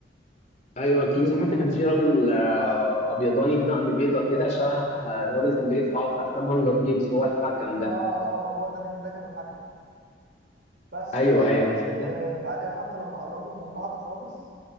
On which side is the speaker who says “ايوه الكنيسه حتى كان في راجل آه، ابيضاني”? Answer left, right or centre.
Left